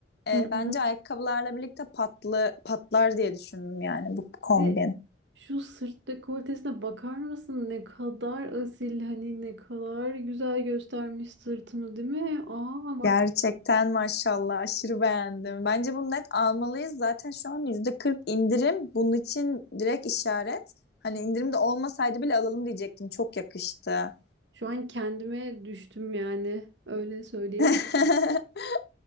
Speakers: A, on the left; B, on the right.
A: Ee,
B: Hı
A: bence
B: hı.
A: ayakkabılarla birlikte patlı patlar diye düşündüm yani bu kombin.
B: Bir de Şu sırt dekoltesine bakar mısın? Ne kadar asil hani ne kadar güzel göstermiş sırtımı değil mi? Aa bak
A: Gerçekten maşallah aşırı beğendim. Bence bunu net almalıyız. Zaten şu an yüzde 40 indirim. Bunun için direkt işaret. Hani indirim de olmasaydı bile alalım diyecektim. Çok yakıştı.
B: şu an kendime düştüm yani öyle söyleyebilirim.
A: <laughs>